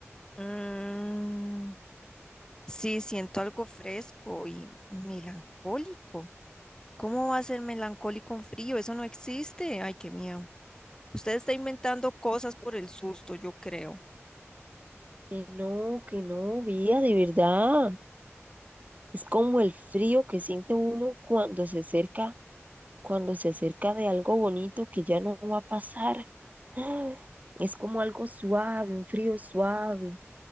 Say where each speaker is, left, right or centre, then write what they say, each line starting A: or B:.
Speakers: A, on the left; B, on the right.
A: Mm. Sí, siento algo fresco y melancólico. ¿Cómo va a ser melancólico un frío? Eso no existe. Ay, qué miedo. Usted está inventando cosas por el susto, yo creo.
B: Que no, que no, vía, de verdad. Es como el frío que siente uno cuando se acerca cuando se acerca de algo bonito que ya no va a pasar. <gasps> ¡Ah! Es como algo suave, un frío suave,